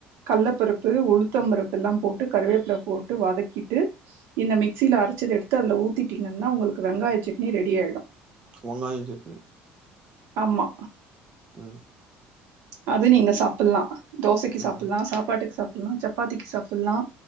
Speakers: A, on the right; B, on the right.
A: கல்ல பருப்பு உளுத்தம் பருப்பெல்லா போட்டு கருவேப்ல போட்டு வதக்கிட்டு இந்த மிக்சியில அர ச்சது எடுத்து அதுல ஊத்திட்டீங்கன்னா உங்களுக்கு வெங்காய செட்னி ரெடியாய்டு
B: வங்காய சட்னி
A: ஆம்மா
B: ம்
A: அது நீங்க சாப்பில்லா தோசைக்கி சாப்பில்லா
B: ஆ
A: சாப்பாட்டுக் சாப்பில்லா சப்பாத்திக்கு சாப்பில்லா